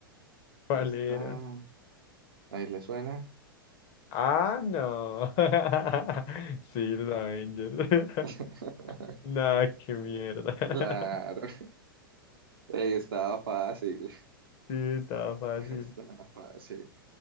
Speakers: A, on the left; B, on the right.
A: ¿Cuál
B: Está.
A: era?
B: ¿Ahí le suena?
A: Ah, no. <laughs> Sí, los Avengers. <laughs>
B: <laughs>
A: Nah, qué mierda. <laughs>
B: Claro. Ey, estaba fácil.
A: Sí, estaba fácil.
B: <laughs> Estaba fácil.